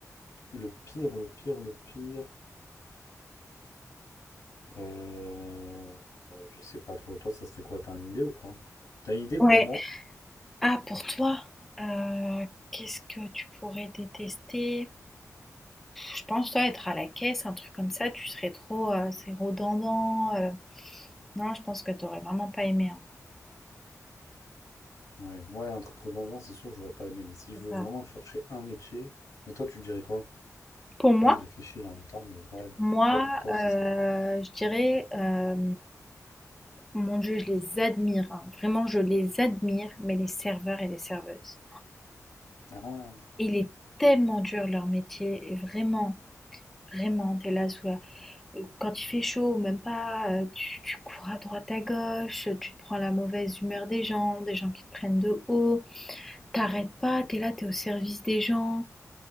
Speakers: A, on the left (about 70°); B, in the centre.
A: le pire, le pire, le pire Euh, je sais pas trop. Toi, ça serait quoi? T'as une idée ou pas? T'as une idée
B: Ouais.
A: pour moi?
B: Ah, pour toi, euh, qu'est-ce que tu pourrais détester? Je pense, toi, être à la caisse, un truc comme ça, tu serais trop, euh, c'est redondant. euh. Non, je pense que t'aurais vraiment pas aimé. hein.
A: Ouais, ouais, un truc redondant, c'est sûr que j'aurais pas aimé. Mais si
B: C'est
A: je veux
B: ça.
A: vraiment chercher un métier, mais toi, tu dirais quoi?
B: Pour moi,
A: Moi, je réfléchis là en même temps, mais ouais, ouais.
B: moi,
A: Toi, pour toi,
B: euh,
A: ce serait quoi?
B: je dirais, euh, mon Dieu, je les admire. hein. Vraiment, je les admire, mais les serveurs et les serveuses.
A: Ah,
B: Il est tellement dur leur métier, et vraiment, vraiment, t'es là sous la- euh, Quand il fait chaud, ou même pas, euh, tu, tu cours à droite à gauche, tu te prends la mauvaise humeur des gens, des gens qui te prennent de haut. T'arrêtes pas, t'es là, t'es au service des gens.